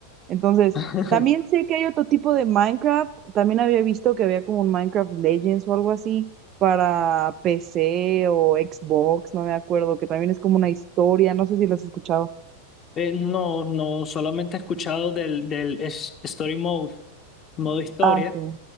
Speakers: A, on the right (about 35°); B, on the left (about 30°).
A: Entonces,
B: <laughs>
A: también sé que hay otro tipo de Minecraft. También había visto que había como un Minecraft Legends o algo así para PC o Xbox, no me acuerdo, que también es como una historia. No sé si lo has escuchado.
B: Eh, no, no, solamente he escuchado del, del es- Story Mode, modo historia.
A: Ah, sí,